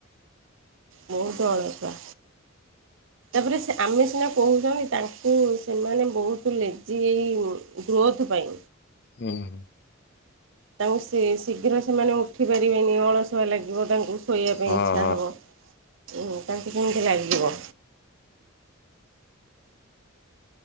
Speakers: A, on the right; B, on the left.
A: ବହୁତ ଅଳସୁଆ। ବୁରିସ୍ ଆମେ ସିନା କହୁଛନ୍ତି ତାଙ୍କୁ ସେମାନେ ବହୁତ ଲେଜି ଏଇ ଗ୍ରୋଥ ପାଇଁ।
B: ହୁଁ ହୁଁ।
A: ତାଙ୍କୁ ସେ ଶୀଘ୍ର ସେମାନେ ଉଠି ପାରିବେନି ଅଳସୁଆ ଲାଗିବ ତାଙ୍କୁ। ଶୋଇବା ପାଇଁ
B: ହଁ
A: ଇଚ୍ଛା
B: ହଁ
A: ହବ। ଉଁ ତାଙ୍କୁ କେମିତି ଲାଗିବ?